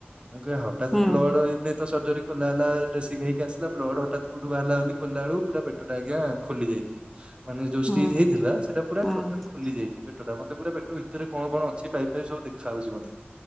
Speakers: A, on the right; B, in the centre.
A: <unintelligible> ହଠାତ୍
B: ହୁଁ
A: ବ୍ଲଡ <unintelligible> ର୍ଜରୀ ଖୋଲା ହେଲା ଡ୍ରେସିଂ ହେଇ କି ଆସିଲେ ବ୍ଲଡ଼ ହଠାତ୍ କୋଉଠୁ ବାହାରିଲା ବୋଲି ଖୋଲିଲା ବେଳକୁ ପୁରା ପେଟା ଟା ଆଜ୍ଞା ଖୋଲି ଯାଇଛି ମାନେ ଯୋଉ
B: ହୁଁ
A: ଷ୍ଟିଜ୍ ହେଇଥିଲା ସେଟା ପୁରା
B: ହୁଁ
A: ଟୋଟାଲ ପେଟ ଟା ମତେ ପୁରା ପେଟ ଭିତରେ କଣ କଣ ଅଛି ପାଇପ ଫାଇପ ସବୁ ଦେଖାଯାଉଚି ମତେ।